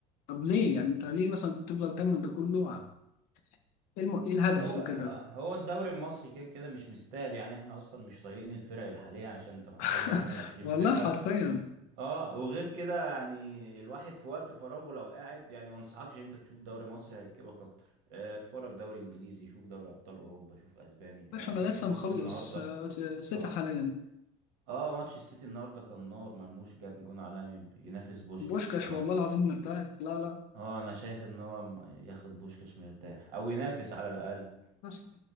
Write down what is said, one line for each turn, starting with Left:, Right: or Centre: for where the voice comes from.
Left: طب ليه يعني انت ليه مثلا تفضل تعمل ده كله؟ آه، ايه الم- إيه الهدف
Right: هو
Left: في كده؟
Right: هو الدوري المصري كده كده مش مستاهل يعني احنا اصلا مش طايقين الفرق الحالية عشان تحط
Left: <laughs>
Right: لنا 21
Left: والله
Right: فرقة
Left: حرفيا
Right: اه وغير كده يعني الواحد في وقت فراغه لو قاعد يعني ما انصحكش انت تشوف دوري مصري هيكبك اكتر آه، اتفرج دوري انجليزي شوف دوري ابطال اوروبا شوف اسباني يعني
Left: باش انا
Right: شفت
Left: لسه
Right: ماتش
Left: مخلص
Right: النهارده
Left: آه، آه، سيتي
Right: آه.
Left: حاليا
Right: اه ماتش السيتي النهارده كان نار مرموش جاب جون عالمي ينافس بوشكاش
Left: بوشكاش
Right: الصراحه
Left: والله العظيم مرتاح لا لا
Right: اه انا شايف ان هو م- ياخد بوشكاش مرتاح او ينافس على الاقل
Left: حسن